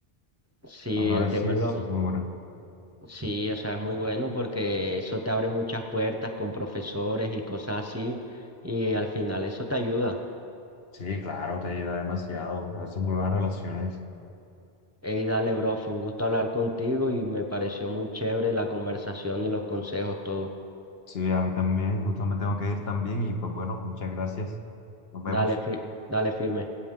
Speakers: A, on the right; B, on the left.
A: sí,
B: ajá,
A: el tema
B: sí, es,
A: de los,
B: sí es muy buena.
A: sí, o sea, es muy bueno porque eso te abre muchas puertas con profesores y cosas así y al final eso te ayuda.
B: Sí, claro, te ayuda demasiado, haces muy buenas relaciones.
A: Hey, dale, bro, fue un gusto hablar contigo y me pareció muy chévere la conversación y los consejos, todo.
B: Sí, a mí también, justo me tengo que ir también y pues bueno, muchas gracias. Nos vemos.
A: Dale, fi- dale firme.